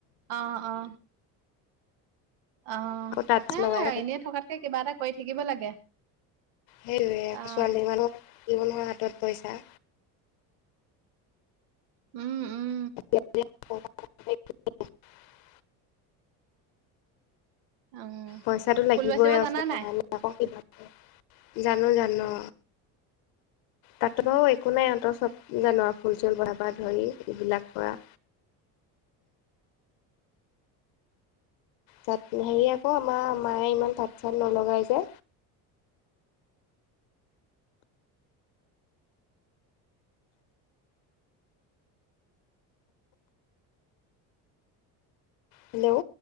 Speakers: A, on the right; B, on the left.
A: অ', অ'। অঁ',
B: তাঁত
A: নাই
B: লগাই
A: নাই এনেই থকাতকে কিবা এটা কৰি থাকিব লাগে।
B: সেইটোৱে, আকৌ
A: অ',
B: ছোৱালী মানুহৰ <unintelligible> হাতত পইচা।
A: উম। উম,
B: <unintelligible>
A: উম,
B: পইচাটো লাগিবই
A: ফুল বাচিব
B: আৰু
A: জানা
B: <unintelligible> কাৰনে
A: নাই?
B: আকৌ কিবা <unintelligible> জানো জানো। তাতো বাৰু একো নাই অঁন্তৰ চ'ব জানো আৰু ফুল চুল বনা পৰা ধৰি এইবিলাক কৰা। তাত হেৰী আকৌ আমাৰ মায়ে ইমান তাত চাত নলগাই যে। হেল্ল'।